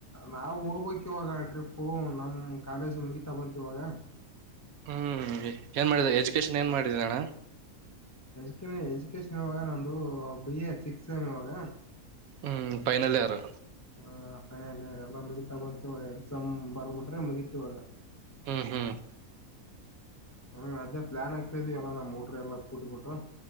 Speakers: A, on the left; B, on the right.
A: ನಾವು ಹೋಗ್ಬೇಕ್ ಇವಾಗ ಟ್ರಿಪ್ಪು ನಮ್ ಕಾಲೇಜು ಮುಗಿತಾ ಬಂತ್ ಇವಾಗ.
B: ಹ್ಮ್ ಏನ್ ಮಾಡಿದ ಎಜುಕೇಶನ್ ಏನ್ ಮಾಡಿದಣ್ಣ.
A: ಎಜುಕ ಎಜುಕೇಷನ್ ಇವಾಗ ನಂದು ಬಿ ಎ ಸಿಕ್ಸ್ ಸೆಮ್ ಇವಾಗ
B: ಹ್ಮ್ ಪೈನಲ್ ಇಯರು
A: ಆ ಫೈನಲ್ ಎಲ್ಲಾ ಮುಗಿತಾ ಬಂತು ಇವಾಗ ಎಕ್ಸಾಮ್ ಬರದು ಬುಟ್ರೆ ಮುಗೀತ್ ಇವಾಗ.
B: ಹ್ಮ್ ಹ್ಮ್
A: ಹ್ಮ್ ಅದೇ ಪ್ಲಾನ್ ಆಗ್ತದಿವಲ್ಲ ನಾ ಮೋಟ್ರ ಎಲ್ಲಾ ಕೂಡ್ ಬಿಟ್ಟು.